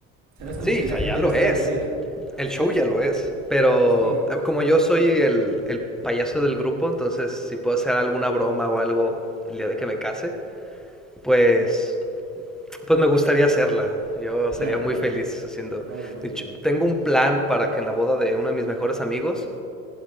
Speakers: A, on the right; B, in the centre.
A: O sea, no es como
B: sí,
A: que la
B: o sea,
A: gente
B: ya lo
A: va a estar
B: es.
A: aburrida.
B: El
A: Exacto.
B: show ya lo es. Pero
A: Sí,
B: eh, como yo soy el, el payaso del grupo, entonces si puedo hacer alguna broma o algo el día de que me case, pues Pues me gustaría hacerla. Yo
A: claro,
B: sería muy feliz haciendo.
A: obvio, obvio.
B: De hecho, tengo un plan para que en la boda de uno de mis mejores amigos,